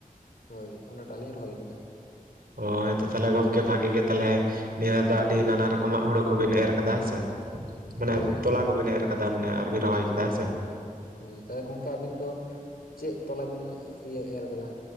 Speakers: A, on the left; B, on the right.
A: ᱦᱳᱭ ᱚᱱᱟᱴᱟᱜ ᱞᱤᱧ ᱨᱚᱦᱚᱭ ᱟᱠᱟᱫᱟ᱾
B: ᱚ ᱦᱮᱸ ᱛᱚ ᱛᱟᱦᱚᱞᱮ ᱜᱚᱢᱠᱮ ᱵᱷᱟᱜᱤ ᱜᱮ ᱛᱟᱞᱦᱮ ᱱᱤᱭᱟᱹ ᱨᱫᱷᱟᱣ ᱫᱚ ᱟᱹᱰᱤ ᱱᱟᱱᱟ ᱨᱚᱠᱚᱢᱟᱜ ᱦᱩᱲᱩ ᱠᱚᱵᱤᱱ ᱮᱨ ᱠᱟᱫᱟ, ᱦᱮᱸ ᱥᱮ? ᱢᱟᱱᱮ
A: ᱦᱳᱭ
B: ᱛᱚᱞᱟ ᱠᱚᱵᱤᱱ ᱮᱨ ᱠᱟᱫᱟ ᱢᱟᱱᱮ ᱟᱨᱵᱤᱱ ᱨᱚᱦᱚᱭ ᱟᱠᱟᱫᱟ, ᱦᱮᱸ ᱥᱮ?
A: ᱦᱳᱭ ᱛᱟᱦᱚᱞᱮ ᱜᱚᱝᱠᱮ ᱟᱹᱵᱤᱱ ᱫᱚ ᱪᱮᱫ ᱛᱚᱞᱟ ᱵᱤᱱ ᱤᱭᱟᱹ ᱮᱨ ᱠᱟᱫᱟ?